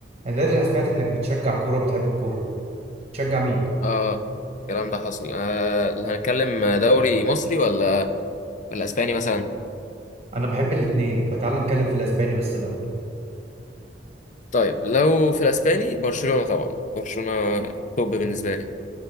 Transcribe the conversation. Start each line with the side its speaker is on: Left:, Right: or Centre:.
Right: انا دلوقتي انا سمعت انك بتشجع كوره وبتحب الكوره تشجع مين
Left: اه الكلام ده حصل آه اللي هنتكلم دوري مصري ولا ولا اسباني مثلا
Right: انا بحب الاتنين فتعال نتكلم في الاسباني بس الاول
Left: طيب لو في الاسباني برشلونة طبعا برشلونة توب بالنسبة لي